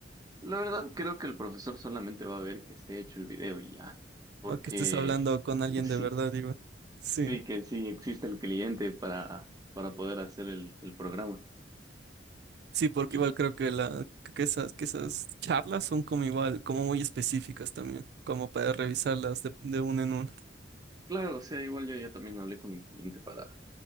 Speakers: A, on the right; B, on the right.
A: La verdad creo que el profesor solamente va a ver que esté hecho el video y ya, porque
B: o que estés hablando con alguien
A: <laughs> sí,
B: de verdad, digo. Sí,
A: sí que sí existe el cliente para, para poder hacer el, el programa.
B: sí, porque
A: y
B: igual creo que, la, que esas, que esas charlas son como igual, como muy específicas también, como para revisarlas de, de uno en uno.
A: Claro, o sea, igual yo ya también hablé con mi cliente para